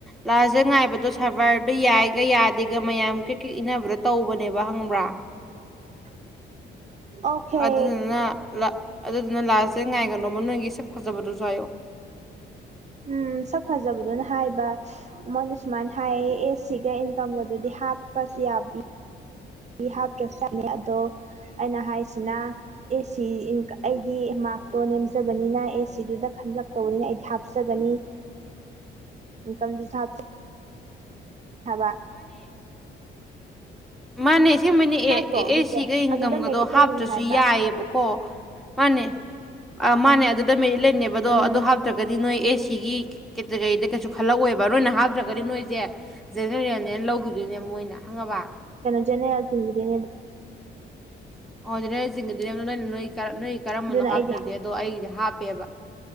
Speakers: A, in the centre; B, on the right.
A: ꯂꯥꯁ ꯗꯦꯠ ꯉꯥꯏꯕꯗꯣ ꯁꯕꯔꯗ ꯌꯥꯏ ꯌꯥꯏꯒ ꯌꯥꯗꯦꯒ ꯃꯌꯥꯝ ꯀꯩ ꯀꯩ ꯏꯟꯅꯅꯕꯗꯣ ꯇꯧꯕꯅꯦꯕ ꯍꯪꯕ꯭ꯔꯥ
B: <inaudible> ꯑꯣꯀꯦ
A: ꯑꯗꯨꯗꯨꯅ ꯑꯗꯨꯗꯨꯅ ꯂꯥꯁꯇꯦ ꯉꯥꯏꯒꯅꯣꯕ ꯅꯣꯏꯒꯤ ꯁꯛ ꯐꯖꯕꯗꯨꯣꯁꯨꯋ ꯑꯣ
B: ꯎꯝ ꯁꯛ ꯐꯖꯕꯗꯨꯅ ꯍꯥꯏꯕ ꯃꯣꯏꯅ ꯁꯨꯃꯥꯏꯅ ꯍꯥꯏꯌꯦ ꯑꯦꯁ ꯁꯤꯒ ꯏꯟꯀꯝꯒꯗꯨꯗꯤ ꯍꯥꯏ ꯍꯥꯥꯞꯄꯁꯤ ꯌꯥꯕꯤ ꯍꯥꯞꯇ ꯆꯅꯤ ꯑꯗꯣ ꯑꯩꯅ ꯍꯥꯏꯁꯤꯅ ꯑꯦꯁꯤ ꯑꯩꯗꯤ ꯃꯥꯔꯛꯇꯣ ꯅꯦꯝꯖꯕꯅꯤꯅ ꯑꯦ ꯁꯤꯗꯨꯗ ꯈꯟꯂꯔꯛꯇꯧꯕꯅꯤꯅ ꯑꯩꯗꯤ ꯍꯥꯞꯆꯒꯅꯤ ꯏꯟꯀꯝꯁꯨꯞꯁ ꯊꯕ
A: ꯃꯥꯅꯦꯁ ꯑꯁꯕꯅꯤ
B: ꯅꯠꯇ꯭ꯔꯣ
A: ꯑꯦ
B: ꯑꯗꯨꯗꯤ
A: ꯑꯦ ꯁꯤꯒ ꯏꯟꯀꯝꯒꯗꯣ
B: ꯑꯗꯨꯗ ꯃꯦꯔꯤꯠ ꯂꯩꯔꯤꯅꯦ
A: ꯍꯥꯞꯇ꯭ꯔꯁꯨ
B: ꯍꯥꯏꯕ
A: ꯌꯥꯏꯑꯕꯀꯣ ꯃꯥꯅꯦ ꯑ ꯃꯥꯅꯦ ꯑꯗꯨꯗ ꯃꯦꯔꯤꯠ ꯂꯩꯅꯦꯕ ꯑꯗꯣ
B: ꯎꯝ
A: ꯑꯗꯨ ꯍꯥꯞꯇ꯭ꯔꯒꯗꯤ ꯅꯣꯏ ꯑꯦꯁꯤꯒꯤ ꯀꯦꯇꯒꯔꯤꯗ ꯀꯩꯁꯨ ꯈꯜꯂꯛꯑꯣꯦꯕ ꯅꯣꯏꯅ ꯍꯥꯞꯇ꯭ꯔꯒꯗꯤ ꯅꯣꯏꯁꯦ ꯖꯦꯅꯦꯔꯌꯥꯅꯤꯌꯥꯅ ꯂꯧꯈꯤꯗꯣꯏꯅꯦꯕ ꯃꯣꯏꯅ ꯍꯪꯉꯕ
B: ꯖꯅꯦ ꯌꯥ ꯊꯤꯟꯗꯦꯅꯦ
A: ꯑꯣꯅꯦꯗꯤꯣ ꯅ ꯅ ꯅꯣꯏ ꯀꯔꯝꯕꯅꯣ
B: ꯑꯗꯨꯅ
A: ꯍꯥꯞꯇ꯭ꯔꯗꯤ
B: ꯑꯩꯗꯤ
A: ꯑꯗꯣ ꯑꯩꯒꯤꯗꯤ ꯍꯥꯞ ꯍꯥꯞꯄꯦꯕ